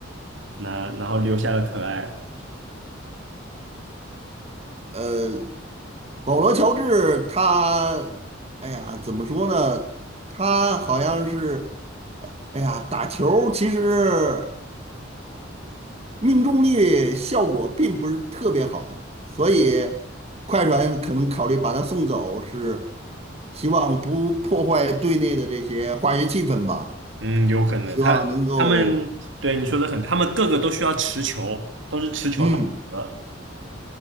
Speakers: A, on the right (about 70°); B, on the right (about 30°).
A: 那然后留下了可爱。
B: 呃，保罗·乔治他，哎呀，怎么说呢？他好像是。哎呀，打球儿其实命中率效果并不是特别好，所以快船可能考虑把他送走，是希望不破坏队内的这些化学气氛吧，
A: 嗯，有可能他他们对你说的很，
B: 希望能够，
A: 他们个个都需要持球，都是持球打的。
B: 嗯，